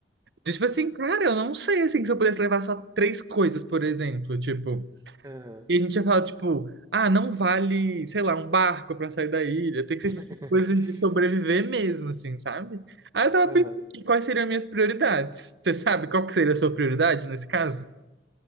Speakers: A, on the right (about 70°); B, on the right (about 20°).
A: E, Tipo assim, cara, eu não sei, assim, se eu pudesse levar só três coisas, por exemplo, tipo...
B: Aham.
A: E a gente ia falar, tipo, ah, não vale, sei lá, um barco pra sair da ilha, tem que
B: <laughs>
A: ser tipo, coisas de sobreviver mesmo, assim, sabe? Aí eu tava
B: Aham.
A: pensando, em quais seriam as minhas prioridades? Você sabe qual que seria a sua prioridade nesse caso?